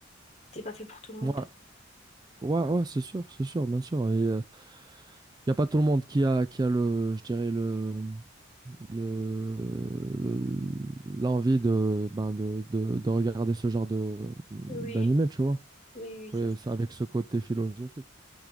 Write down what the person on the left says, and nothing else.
C'est pas fait pour tout le monde,
peut-être.
Oui,
oui, oui, ça
c'est